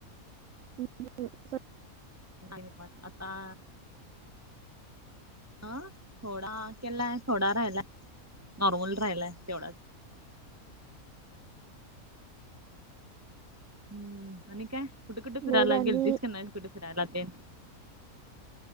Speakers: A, on the right; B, on the right.
A: <unintelligible>
B: <unintelligible> आता आं थोडा केलाय थोडा राहिलाय. नॉर्मल राहिलाय तेवढाच हम्म आणि काय कुठे-कुठे फिरायला
A: मग आणि
B: गेलतीस का नाय कुठे फिरायला तेन